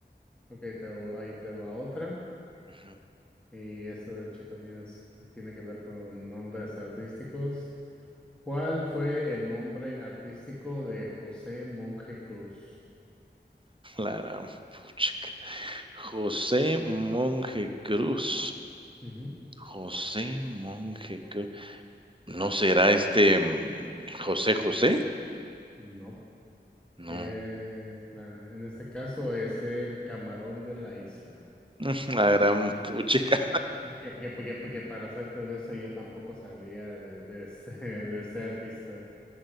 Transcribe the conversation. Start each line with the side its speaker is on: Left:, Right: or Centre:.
Centre: ok, te, vo- ahí te va otra.
Right: Ujú.
Centre: Y esto de hecho también es, tiene que ver con nombres artísticos. ¿Cuál fue el nombre artístico de José Monje Cruz?
Right: La gran puchica. José Monje Cruz,
Centre: Ujú.
Right: José Monje Cruz, ¿no será este, mm, José José?
Centre: No.
Right: No,
Centre: Eh, la- en este caso es el camarón de la isla.
Right: <laughs> la gran puchica.
Centre: Y que, que, que, que para ser con eso yo tampoco sabía de, de este, <laughs> de este artista.